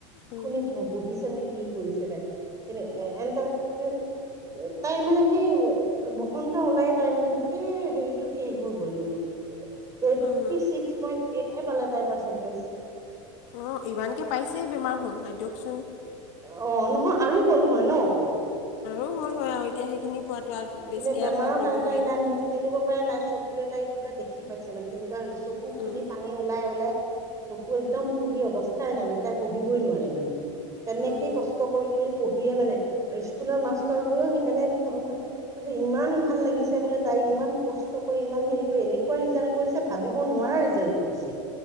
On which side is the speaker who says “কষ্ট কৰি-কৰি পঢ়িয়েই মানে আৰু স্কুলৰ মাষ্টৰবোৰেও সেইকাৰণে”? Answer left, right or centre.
Right